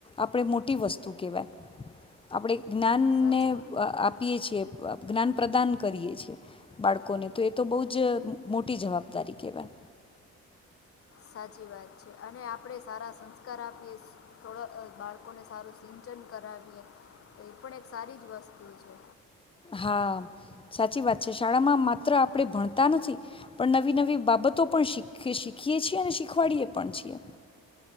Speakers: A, on the left; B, on the left.
A: આપણેે મોટી વસ્તુ કેહેવાય આપડે જ્ઞાનને
B: સાચી
A: આપીએ છીએ. જ્ઞાન પ્રદાન કરીએ છીએ બાળકોને તો એ તો બહુ જ મોટી જવાબદારી કેહેવાય.
B: સાચી વાત છે. અને આપણેે સારા સંસ્કાર આપીએ થોડા બાળકોને સારું સિંચન કરાવીએ તો એ પણ એક સારી જ વસ્તુ છે.
A: હા સાચી વાત છે. શાળામાં માત્ર આપણે ભણતા નથી પણ નવી નવી બાબતો પણ શીખ શીખીએ છીએ અને શીખવાડીએ પણ છીએ.